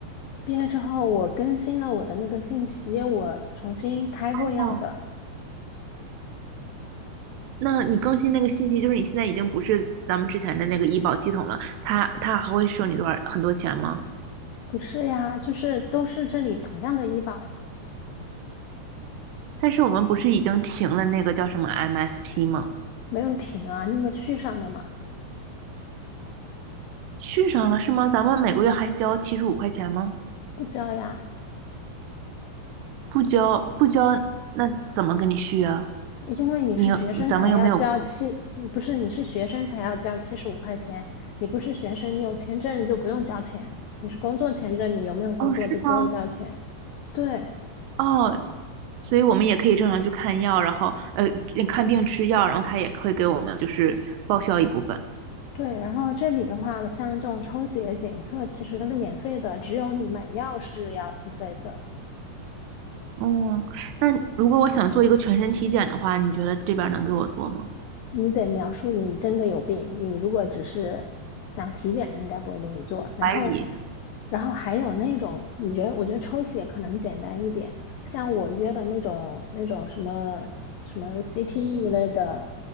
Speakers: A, on the left; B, on the right.
A: 毕业之后，我更新了我的那个信息，我重新开过药的。
B: 哦。那你更新那个信息，就是你现在已经不是咱们之前的那个医保系统了，他他还会收你多少很多钱吗？
A: 不是呀，就是都是这里同样的医保呀，
B: 但是我们不是已经停了那个叫什么 MSP 吗？
A: 没有停啊，那个续上的嘛，
B: 续上了是吗？咱们每个月还交七十五块钱吗？
A: 不交呀，
B: 不交不交，那怎么给你续啊？
A: 因为你是学生才要交七，
B: 你有咱们又没有？
A: 不是你是学生才要交七十五块钱，你不是学生，你有签证就不用交钱，你是工作签证，你有没有工作都不用交钱。
B: 哦，是吗？
A: 对
B: 哦，所以我们也可以正常去看药，然后呃看病吃药，然后他也会给我们就是报销一部分。
A: 对，然后这里的话，像这种抽血检测其实都是免费的，只有你买药是要付费的。
B: 哦，那如果我想做一个全身体检的话，你觉得这边儿能给我做吗？
A: 你得描述你真的有病，你如果只是想体检，应该不会给你做。然后，
B: 怀疑。
A: 然后还有那种，你觉得，我觉得抽血可能简单一点，像我约的那种那种什么什么 CT 一类的，